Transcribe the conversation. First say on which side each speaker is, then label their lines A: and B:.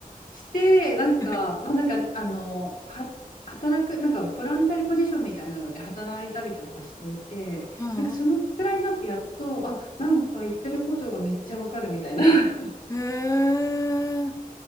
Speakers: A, on the left (about 65°); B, on the left (about 20°).
A: して、なんか、
B: <laughs> はい。
A: まあ、なんか、あの、は、働く、なんか、ボランタリーポジションみたいなので働いたりとかしていて、
B: あ
A: なんか、そのくらいになってやっと、あ、なんか言ってることがめっちゃわかるみたいな。<laughs>
B: あ、へえ。